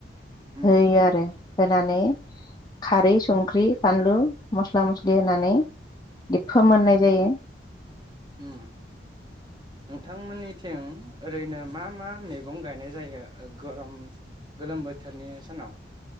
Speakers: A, on the right; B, on the left.
A: उम
B: होयो आरो होनानै खारै संख्रि फानलु मस्ला मस्लि दै होनानै दै फोमोननाय जायो
A: उम नोंथांमोननिथिं ओरैनो मा मा मैगं गायनाय जायो गरम गोलोम बोथोरनि सानाव